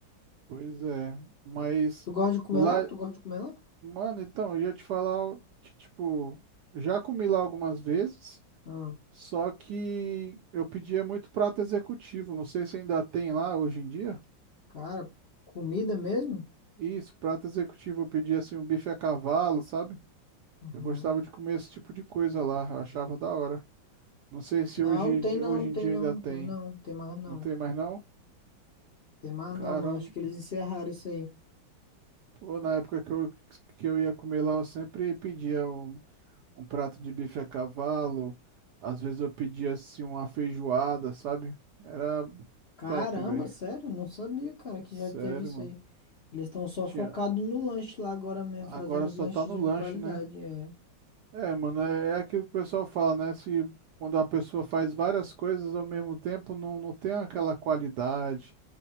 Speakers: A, on the right (about 75°); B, on the left (about 50°).
A: pois é. Mas
B: Tu gosta de comer
A: lá,
B: lá? Tu gosta de comer lá?
A: mano, então, eu ia te falar que, tipo, já comi lá algumas vezes,
B: Ah,
A: só que eu pedia muito prato executivo. Não sei se ainda tem lá hoje em dia.
B: cara, comida mesmo?
A: Isso, prato executivo, eu pedia assim um bife a cavalo, sabe?
B: Uhum.
A: Eu gostava de comer esse tipo de coisa lá, eu achava da hora. Não sei se
B: Não,
A: hoje,
B: não tem não,
A: hoje
B: não tem
A: em dia
B: não,
A: ainda
B: não
A: tem.
B: tem não, tem mais não.
A: Não tem mais não?
B: Tem mais
A: Caramba,
B: não, mano. Acho que eles encerraram isso aí.
A: pô, na época que eu, que eu ia comer lá, eu sempre pedia um, um prato de bife a cavalo. Às vezes eu pedia assim uma feijoada, sabe? Era
B: Caramba,
A: top, velho.
B: sério? Não sabia, cara, que
A: Sério,
B: já teve isso
A: mano.
B: aí. Eles estão só
A: Tinha...
B: focados no lanche lá agora mesmo,
A: Agora
B: fazendo os
A: só
B: lanches
A: tá no
B: de
A: lanche,
B: qualidade.
A: né?
B: É.
A: É, mano, é, é aquilo que o pessoal fala, né? Se quando a pessoa faz várias coisas ao mesmo tempo, não, não tem aquela qualidade